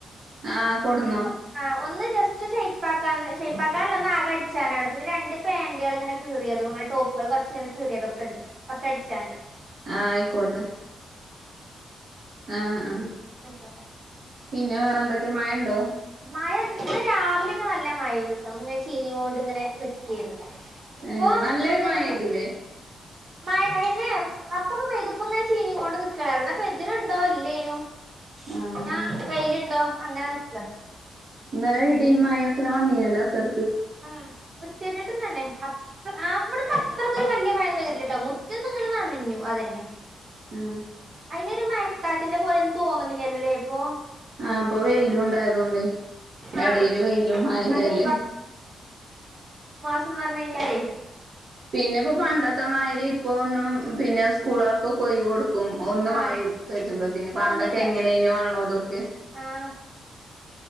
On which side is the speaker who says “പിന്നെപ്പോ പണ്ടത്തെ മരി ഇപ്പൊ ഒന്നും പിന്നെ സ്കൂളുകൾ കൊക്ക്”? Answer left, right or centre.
Right